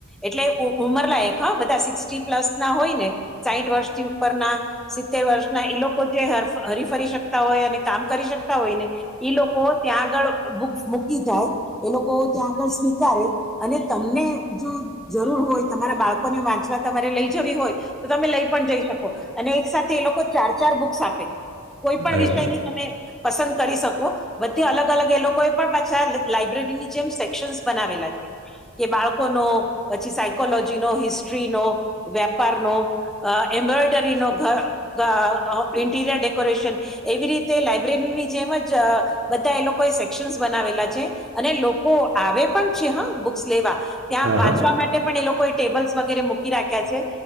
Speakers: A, in the centre; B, on the right.
A: એટલે ઉ ઉંમર લયક હા બધા શિક્ષ્ટિન પ્લસ ના હોય ને સાઈઠ વર્ષથી ઉપરના સિત્તેર વર્ષના, એ લોકો જે હરીફરી શકતા હોય અને કામ કરી શકતા હોય ને, તે લોકો ત્યાં આગળ બુક્સ મૂકી જાય એ લોકો ત્યાં આગળ સ્વીકારે, અને તમને જો જરૂર હોય તમારા બાળકોને વાંચવા તમારે લઈ જવી હોય, તો તમે લઈ પણ જઈ શકો, અને એક સાથે એ લોકો ચાર ચાર બુક્સ આપે. કોઈ પણ
B: બરાબર
A: વિષય ની તમે પસંદ કરી શકો, બધી અલગ અલગ એ લોકો એ પણ પાછા લાઈબ્રેરીની જેમ સેક્શનસ બનાવેલા છે, કે બાળકોનો પછી સાઈ કોલોજીનો હિસ્ટ્રીનો, વેપારનો, અ એમ્બ્રોયડરીનો ઘ ઘા ઇન્ટીરિયર ડેકોરેશન, એવી રીતે લાયબ્રેરીની જેમ જ બધા એ લોકો એ સેક્શનસ બનાવેલા છે અને લોકો આવે પણ છે હ બુક્સ લેવા. ત્યાં
B: હા
A: વાંચવા
B: હા
A: માટે લોકો ટેબલ્સ વગેરે મૂકી રાખ્યા છે,